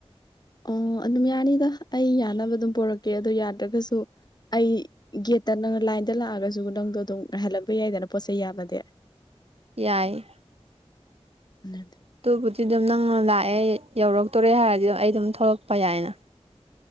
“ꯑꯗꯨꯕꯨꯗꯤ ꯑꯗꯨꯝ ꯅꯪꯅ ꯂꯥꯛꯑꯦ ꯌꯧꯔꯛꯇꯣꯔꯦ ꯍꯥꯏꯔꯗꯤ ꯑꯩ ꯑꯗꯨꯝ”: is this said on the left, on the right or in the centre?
Right